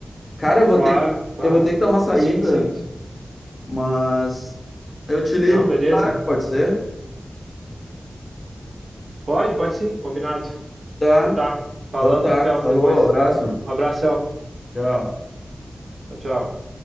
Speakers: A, on the left; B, on the right.
A: Cara, eu vou
B: claro,
A: ter que,
B: claro.
A: eu vou ter que dar uma saída,
B: Sim, sim, sim.
A: Mas eu te ligo
B: Não,
A: mais
B: beleza.
A: tarde, pode ser?
B: Pode, pode sim, combinado.
A: Tá.
B: Então tá. Falamos
A: Então tá.
B: então
A: Falou,
B: depois.
A: abraço.
B: Um abração.
A: Tchau.
B: Tchau, tchau.